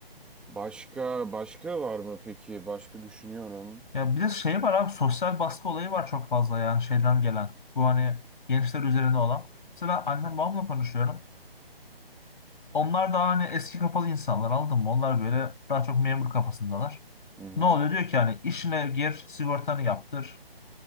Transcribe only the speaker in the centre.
Başka başka var mı peki? Başka düşünüyorum.
Hı hı.